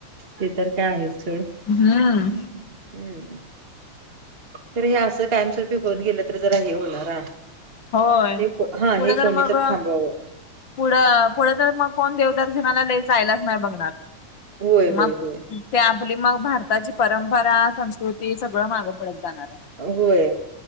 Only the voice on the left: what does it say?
हम्म
होय
पुढे
मग
पुढं पुढं तर मग कोण देवदर्शनाला लय जायलाच नाही बघणार <inaudible>
मग.
ते आपली मग भारताची परंपरा, संस्कृती सगळं मागं पडत जाणार आहे.